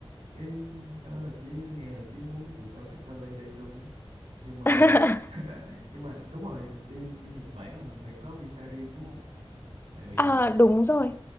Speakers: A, on the right; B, on the left.
A: cái đó là Chí nghe là Chí muốn tuần sau xách vali đi luôn á nhưng mà
B: <laughs>
A: <laughs> nhưng mà đúng rồi đi đi Nhật Bản là mình phải có visa riêng đúng không tại vì
B: À, đúng rồi.